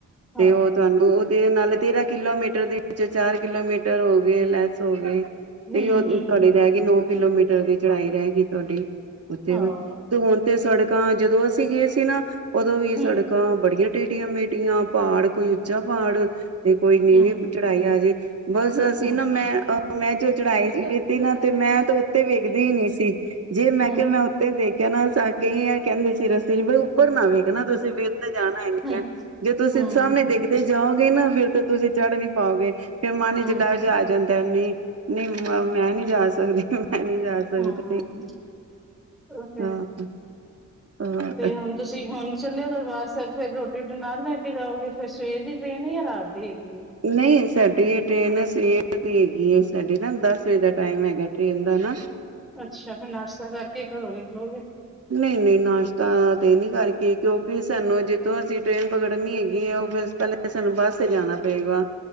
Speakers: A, in the centre; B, on the right.
A: ਹਾਂ,
B: ਤੇ
A: ਹੂੰ,
B: ਉਹ ਤੁਹਾਨੂੰ ਨਾਲੇ ਤੇਰਾਂ ਕਿਲੋਮੀਟਰ ਦੇ ਵਿੱਚ ਚਾਰ ਕਿਲੋਮੀਟਰ ਹੋ ਗਏ ਲੈਸ ਹੋ ਗਏ।
A: ਹੂੰ,
B: ਤੇ ਉਹ ਤੁਹਾਡੇ
A: ਹੂੰ,
B: ਰਹਿ ਗਏ ਨੋ। ਕਿਲੋਮੀਟਰ ਦੀ ਚੜਾਈ ਰਏਗੀ ਤੁਹਾਡੀ <unintelligible> ਤੇ
A: ਹਾਂ,
B: ਤੇ ਹੁਣ ਤੇ ਸੜ ਕਾਂ ਜਦੋਂ ਅਸੀਂ ਗਏ ਸੀ ਨਾ ਓਦੋਂ ਵੀ ਏ
A: ਹੂੰ,
B: ਸੜਕਾਂ ਬੜੀਆਂ ਟੇਡੀਆਂ ਮੇਡੀਆਂ ਪਹਾੜ ਕੋਈ ਉੱਚਾ ਪਹਾੜ ਤੇ ਕੋਈ ਨੀਵੀਂ
A: ਹੂੰ,
B: ਚੜਾਈ ਆਜੇ ਬਸ ਅਸੀਂ
A: ਹੂੰ।
B: ਨਾ ਮੈਂ ਮੈਂ ਜੋ ਚੜਾਈ ਕੀਤੀ ਨਾ ਤੇ ਮੈਂ ਤਾਂ ਉੱਤੇ ਵੇਖਦੀ ਈ ਨੀ ਸੀ। ਜੇ ਮੈਂ
A: ਹੂੰ,
B: ਕਿਆ ਮੈਂ ਉੱਤੇ ਦੇ ਖਿਆ <unintelligible> ਕਹਿੰਦੇ ਸੀ ਰਸਤੇ ਚ ਵੀ ਉੱਪਰ ਨਾ ਵੇਖਣਾ ਤੁਸੀਂ ਵੀ ਜਾਣਾ <unintelligible>
A: ਹੂੰ,
B: ਜੇ ਤੁਸੀਂ
A: ਹੂੰ,
B: ਸਾਹਮਣੇ ਦੇਖ ਜਾਓਗੇ ਨਾ ਫੇਰ ਤੇ ਤੁਸੀਂ ਚੜ੍ਹ ਨੀ ਪਾਓਗੇ। ਫੇਰ ਮਨ
A: ਹੂੰ,
B: ਵਿੱਚ ਡਰ ਜਾ ਆ ਜਾਂਦਾ ਨੀ ਨਹੀਂ ਮ ਮੈਂ ਨੀ ਜਾ ਸਕਦੀ। ਮੈਂ ਨਹੀਂ ਜਾ ਸਕਦੀ
A: ਹਾਂ <unintelligible>
B: ਹਾਂ ਹਾਂ
A: ਤੇ ਹੁਣ ਤੁਸੀਂ ਹੁਣ ਚੱਲਿਓ ਦਰਬਾਰ ਸਾਹਿਬ ਫਿਰ ਰੋਟੀ ਨਾਲ ਲੈ ਕੇ ਜਾਓਗੇ ਫੇਰ ਸਵੇਰ ਦੀ ਟ੍ਰੇਨ ਆ ਯਾ ਰਾਤ ਦੀ। ਹੈਗੀ ਏ?
B: ਨਈ ਸਾਡੀ ਟ੍ਰੇਨ ਸੀ <unintelligible> ਹੈਗੀ ਏ ਸਾਡੇ ਨਾ ਦਸ ਵਜੇ ਦਾ ਟਾਈਮ ਹੈਗਾ ਟ੍ਰੇਨ ਦਾ ਨਾ।
A: ਅੱਛਾ ਫਿਰ ਨਾਸ਼ਤਾ ਕਰਕੇ ਘਰੋਂ ਨੀ ਨਿਕਲੋਗੇ।
B: ਨਈ ਨਈ ਨਾਸ਼ਤਾ ਤੇ ਨੀ ਕਰਕੇ ਕਿਉਂਕਿ ਸਾਨੂੰ ਜਿੱਥੋਂ ਅਸੀਂ ਟ੍ਰੇਨ ਪਕੜਨੀ ਹੈਗੀ ਆ ਉਹ ਫਿਰ ਪਹਿਲਾਂ ਸਾਨੂੰ ਬੱਸ ਤੇ ਜਾਣਾ ਪਏਗਾ।